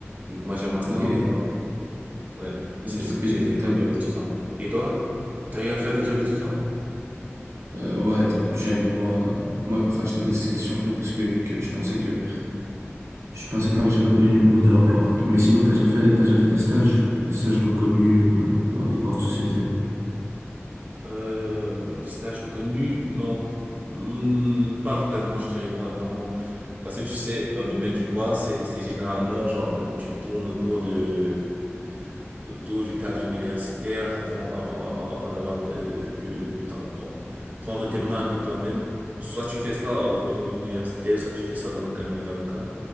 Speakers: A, on the right; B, on the right.
A: Vu que moi j'ai un master
B: Ok, ok,
A: en
B: et,
A: droit, ouais,
B: ok,
A: c'est ce que
B: et,
A: j'ai fait
B: et t'as-
A: comme job étudiant. Et toi? T'as eu à faire
B: et,
A: des jobs étudiants?
B: euh, ouais, étant plus jeune, mais moi, euh, moi, enfin, je t'ai posé cette question, en fait, parce que vu que je pensais que Je pensais que t'avais jamais connu le monde de l'emploi. Mais sinon, t'as déjà fait, t'as déjà fait des stages, des stages reconnus ou euh, dans des grandes sociétés.
A: Euh, des stages reconnus? Non, Hmm, pas vraiment, je dirais pas vraiment. Parce que tu sais, dans le domaine du droit, c'est, c'est généralement genre, tu tournes autour de, autour du cadre universitaire avant, avant, avant, avant d'avoir euh, pu euh, t'en- pre- prendre tes marques toi-même. Soit tu fais ça au niveau universitaire, soit tu fais ça dans un cabinet d'avocat.